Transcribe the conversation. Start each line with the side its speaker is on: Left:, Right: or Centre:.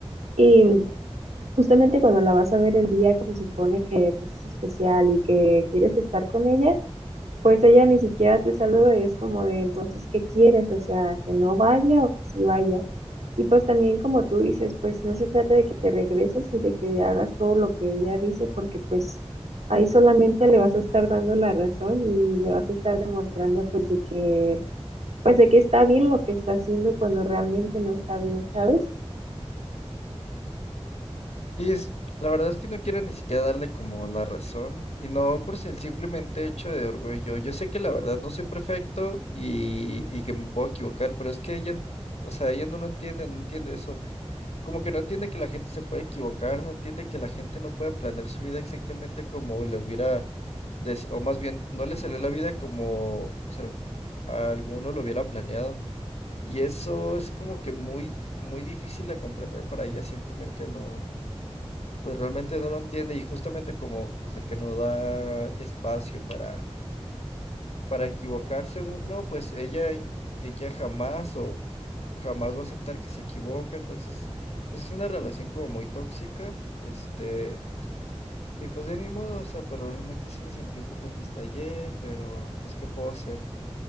Right: y justamente cuando la vas a ver el día que se supone que pues es especial y que quieres estar con ella, pues ella ni siquiera te saluda y es como de entonces, ¿qué quieres? O sea, que no vaya o que sí vaya. Y pues también como tú dices, pues no se trata de que te regreses y de que hagas todo lo que ella dice, porque pues ahí solamente le vas a estar dando la razón y le vas a estar demostrando pues de que, pues de que está bien lo que está haciendo cuando realmente no está bien, ¿sabes?
Left: Sí, es, la verdad es que no quiero ni siquiera darle como la razón y no por si- el simplemente hecho de orgullo. Yo sé que la verdad no soy perfecto y, y que me puedo equivocar, pero es que ella, o sea, ella no lo entiende, no entiende eso. Como que no entiende que la gente se puede equivocar, no entiende que la gente no puede planear su vida exactamente como le hubiera, des- o más bien, no le salió la vida como pues al- a alguno lo hubiera planeado. Y eso es como que muy, muy difícil de comprender para ella, simplemente no pues realmente no lo entiende y justamente como pues de que no da espacio para, para equivocarse uno, pues ella, in- ella jamás o jamás va a aceptar que se equivoca, entonces pues es una relación como muy tóxica, este, y pues de ni modo, o sea, pero realmente sí me sentí un poco triste ayer, pero pues ¿qué puedo hacer?